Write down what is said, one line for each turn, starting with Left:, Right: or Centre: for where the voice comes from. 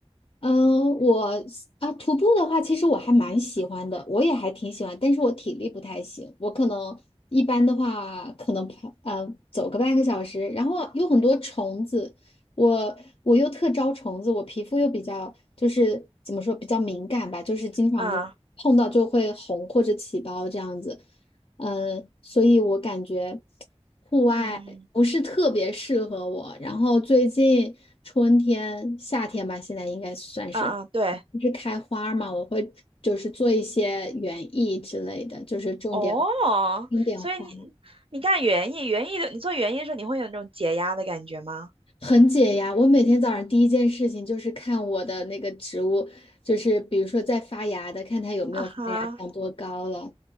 Left: 嗯，我啊，徒步的话，其实我还蛮喜欢的，我也还挺喜欢，但是我体力不太行，我可能一般的话，可能跑呃走个半个小时，然后有很多虫子，我我又特招虫子，我皮肤又比较就是怎么说比较敏感吧，就是经常就碰到就会红或者起包这样子，
Right: 嗯
Left: 嗯，所以我感觉。户外不是特别适合我。
Right: 嗯，
Left: 然后最近春天、夏天吧，现在应该算是
Right: 嗯嗯，对，
Left: 不是开花嘛，我会就是做一些园艺之类的，就是种点
Right: 哦，
Left: 种点花，
Right: 所以你你干园艺，园艺的你做园艺的时候，你会有那种解压的感觉吗？
Left: 很解压。我每天早上第一件事情就是看我的那个植物，就是比如说在发芽的，看它有没有发芽，
Right: 啊哈，
Left: 长多高了。